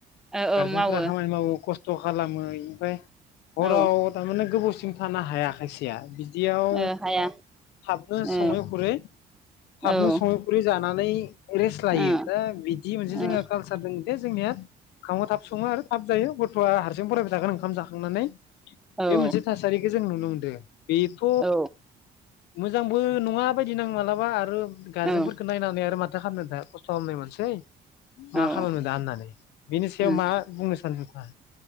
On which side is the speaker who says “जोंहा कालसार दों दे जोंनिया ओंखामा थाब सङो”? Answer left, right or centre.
Left